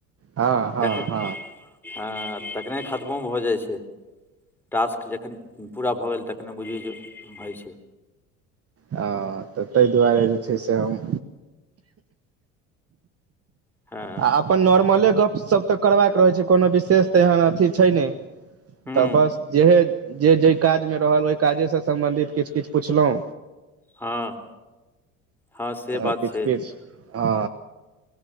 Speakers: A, on the right; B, in the centre.
A: हँ हँ
B: <inaudible> तखन
A: हँ
B: हँ तखने खत्मो भऽ जाए छै टास्क जखन पूरा भऽ गेल तखने बुझियौ जे होइ छै,
A: ह तऽ तै दुआरे जे छै से हम
B: हँ
A: आ अपन नॉर्मले गप-सप तऽ करबाक रहै छै, कोनो विशेष तऽ एहन अथि छै नइॅं
B: हूँ
A: तऽ बस जेहे जे जाहि काजमे रहल ओहि काजेसे सम्बन्धित किछु-किछु पुछलहुँ
B: हँ हँ से बात
A: ह किछु-किछु,
B: छै
A: ह